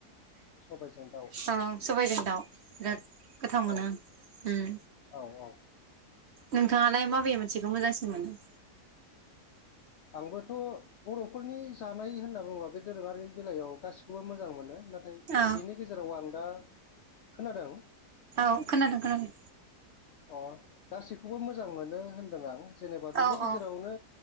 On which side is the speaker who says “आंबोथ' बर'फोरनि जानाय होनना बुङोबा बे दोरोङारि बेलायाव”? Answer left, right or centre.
Left